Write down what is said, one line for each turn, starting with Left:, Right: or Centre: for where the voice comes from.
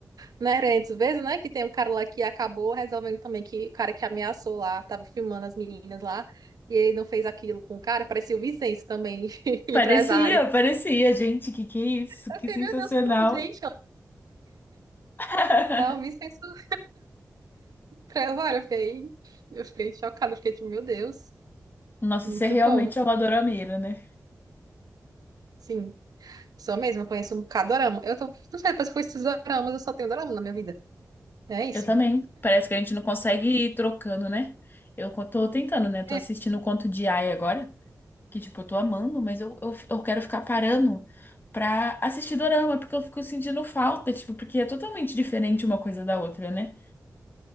Right: Nerentes, vezes, né? Que tem um cara lá que acabou resolvendo também que o cara que ameaçou lá, tava filmando as meninas lá, e ele não fez aquilo com o cara, parecia o Vincenzo também, <laughs> empresário.
Left: Parecia, parecia, gente, que que é isso?
Right: Eu
Left: Que
Right: fiquei,
Left: sensacional.
Right: meu Deus, gente,
Left: <laughs>
Right: Ela me censurou pra ela, olha, eu fiquei, eu fiquei chocada, fiquei tipo, meu Deus,
Left: Nossa,
Right: muito
Left: você realmente
Right: bom.
Left: é uma dorameira, né?
Right: Sim, sou mesmo, eu conheço um bocado de dorama. Eu tô, não sei, depois que eu conheci os doramas, eu só tenho dorama na minha vida. É isso.
Left: Eu também. Parece que a gente não consegue ir trocando, né? Eu co- tô tentando, né? Tô
Right: É,
Left: assistindo o Conto de Aia agora. que, tipo, eu tô amando, mas eu, eu, eu quero ficar parando pra assistir dorama, porque eu fico sentindo falta, tipo, porque é totalmente diferente uma coisa da outra, né?